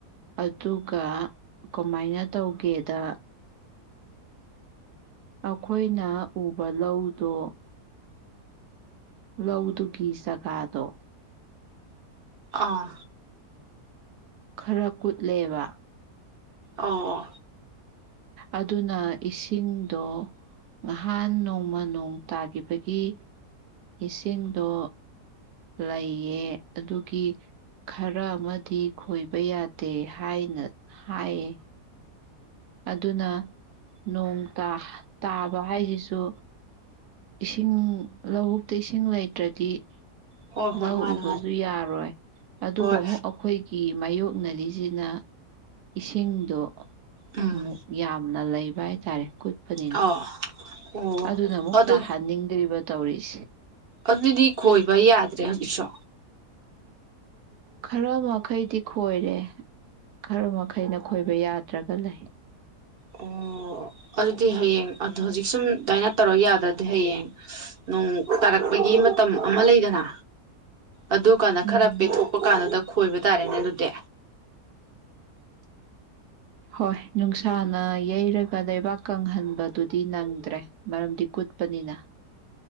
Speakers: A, on the right; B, on the right.
A: ꯑꯗꯨꯒ ꯀꯃꯥꯏꯅ ꯇꯧꯒꯦꯗ ꯑꯩꯈꯣꯏꯅ ꯎꯕ ꯂꯧꯗꯣ ꯔꯧꯎ ꯇꯨ ꯀ ꯁꯀꯥꯗꯣ
B: ꯑꯥ
A: ꯈꯔ ꯀꯨꯠꯂꯦꯕ
B: ꯑꯣ
A: ꯑꯗꯨꯅ ꯏꯁꯤꯡꯗꯣ ꯉꯍꯥꯟ ꯅꯣꯡꯃ ꯅꯣꯡ ꯇꯥꯈꯤꯕꯒꯤ ꯏꯁꯤꯡꯗꯣ ꯂꯩꯑ ꯑꯗꯨꯒꯤ ꯈꯔ ꯑꯃꯗꯤ ꯈꯣꯏꯕ ꯌꯥꯗꯦ ꯍꯥꯏꯅ ꯍꯥꯏꯌꯦ ꯑꯗꯨꯅ ꯅꯣꯡ ꯇꯥꯕ ꯍꯥꯏꯁꯤꯁꯨ ꯏꯁꯤꯡ ꯂꯧꯕꯨꯛꯇ ꯏꯁꯤꯡ ꯂꯩꯇ꯭ꯔꯗꯤ
B: ꯍꯣꯏ ꯍꯣꯏ
A: ꯂꯧ
B: ꯃꯥꯅꯦ
A: ꯎꯕꯁꯨ
B: ꯃꯥꯅꯦ
A: ꯌꯥꯔꯣꯏ ꯑꯗꯨꯒ
B: ꯍꯣꯏ
A: ꯑꯃꯨꯛ ꯑꯩꯈꯣꯏꯒꯤ ꯀꯤ ꯃꯥꯌꯣꯛꯅꯔꯤꯁꯤꯅ ꯏꯁꯤꯡꯗꯣ
B: ꯎꯝ
A: ꯎ ꯌꯥꯝꯅ ꯂꯩ ꯚꯥꯏ ꯇꯥꯔꯦ ꯀꯨꯠꯄꯅꯤꯅ
B: ꯑꯥ ꯑꯣ
A: ꯑꯗꯨꯅ ꯑꯃꯨꯛ
B: ꯑꯗꯨ
A: ꯇꯥꯍꯟꯅꯤꯡꯗ꯭ꯔꯤꯕ ꯇꯧꯔꯤꯁꯦ
B: ꯑꯗꯨꯗꯤ ꯈꯣꯏꯕ ꯌꯥꯗ꯭ꯔꯦ ꯍꯧꯖꯤꯛꯁꯣ
A: ꯈꯔ ꯃꯈꯩꯗꯤ ꯈꯣꯏꯔꯦ ꯈꯔ ꯃꯈꯩꯅ ꯈꯣꯏꯕ ꯌꯥꯗ꯭ꯔꯒ ꯂꯩ
B: ꯑꯣ ꯑꯗꯨꯗꯤ ꯍꯌꯦꯡ ꯑꯗꯨ ꯍꯧꯖꯤꯛ ꯁꯨꯝ ꯑꯗꯨꯃꯥꯏꯅ ꯇꯧꯔ ꯌꯥꯗ꯭ꯔꯗꯤ ꯍꯌꯦꯡ ꯅꯣꯡ ꯇꯥꯔꯛꯄꯒꯤ ꯃꯇꯝ ꯑꯃ ꯂꯩꯗꯅ ꯑꯗꯨ ꯀꯥꯟꯗ
A: ꯎꯝ
B: ꯈꯔ ꯄꯦꯊꯣꯛꯄ ꯀꯥꯟꯗꯨꯗ ꯈꯣꯏꯕꯗ ꯇꯔꯦꯅ ꯑꯗꯨꯗꯨꯗꯦ
A: ꯍꯣꯏ ꯅꯨꯡꯁꯥꯅ ꯌꯩꯔꯒ ꯂꯩꯕꯥꯛ ꯀꯪꯍꯟꯕꯗꯨꯗꯤ ꯅꯪꯗ꯭ꯔꯦ ꯃꯔꯝꯗꯤ ꯀꯨꯠꯄꯅꯤꯅ